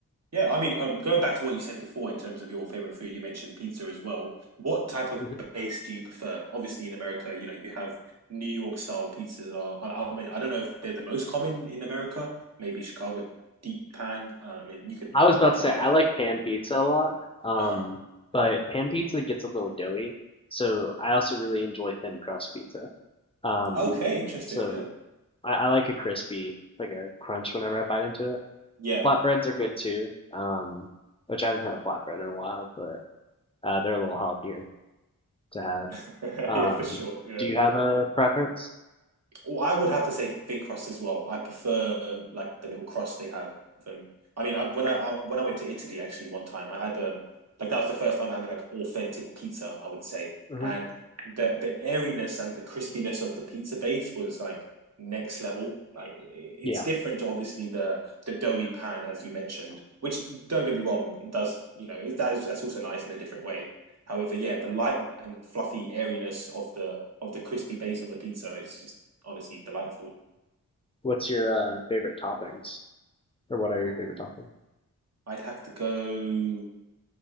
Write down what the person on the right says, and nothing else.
Yeah, I mean, um, going back to what you said before in terms of your favorite food, you mentioned pizza as well. What type of
base do you prefer? Obviously, in America, you know, you have New York style pizzas are, I, I mean, I don't know if they're the most common in America, maybe Chicago deep pan. Uh, I mean, you can
probably
tell
me a bit
more.
Uh-huh.
Okay, interesting.
Yeah.
Yeah.
<laughs>
Yeah, for sure. Yeah.
Well, I would have to say thin crust as well. I prefer um, like the little crust they have. And I mean, I, when I, I when I went to Italy actually one time, I had um like that was the first time having like authentic pizza, I would say,
and the the airiness and the crispiness of the pizza base was like next level. Like it's
different to obviously the the doughy pan as you mentioned, which don't get me wrong, it does you know it, that is, that's also nice in a different way. However, yeah, the light and fluffy airiness of the of the crispy base on the pizza is just honestly delightful.
Ooh,
I'd have to go